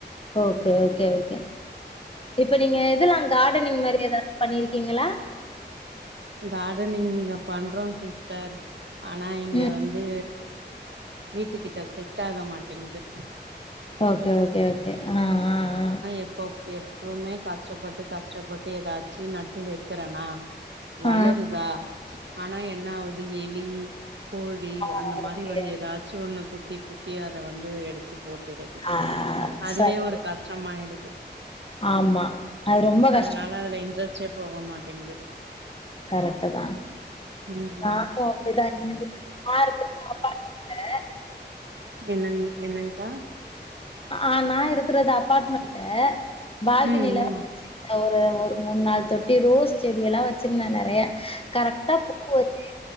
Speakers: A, on the left; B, on the right.
A: ஓகே ஓகே ஓகே இப்ப நீங்க இதுல்லா கார்டனிங் மாரி எதாவது பண்ணிருக்கீங்களா
B: காடனிங் இங்க பண்றோ சிஸ்டர் ஆனா இங்க
A: ம்
B: வந்து வீட்டு கிட்ட செட் ஆக மாட்டங்குது
A: ஓகே ஓகே ஓகே ஆஹ்ஹ்ஹ
B: எப்போ எப்பவுமே கஷ்டப்பட்டு கஷ்டப்பட்டு ஏதாச்சு நட்டு வைக்கறனா வளருதா
A: ஆ ஆ
B: ஆனா என்ன ஆகுது எலி கோழி
A: ஆ
B: அந்த மாதிரி
A: ஓகே
B: வந்து ஏதாச்சு ஒண்ணு குத்தி குத்தி அத வந்து எடுத்து போட்டுறது
A: ஆ
B: அதுவே
A: சரி
B: ஒரு கஷ்டமாயிடுது
A: ஆமா அது ரொம்ப கஷ்டோ
B: அதனால அதுல இன்ட்ரெஸ்ட் டே போக மாட்டங்குது
A: கரெக்ட்டு தா
B: ம்ம்
A: நானு அப்டிதாங்க நா இருக்கறது அப்பார்ட்மெண்ட்டு
B: என்னங் என்னங்கா
A: அ நா இருக்கறது அபார்ட்மெண்ட்டு பால்கனிலதா
B: ம் ம்
A: ஒரு ஒரு மூணு நாள் தொட்டி ரோஸ் செடிய எல்லா வச்சிருந்த நெறையா கரெக்டா பூ வச்சு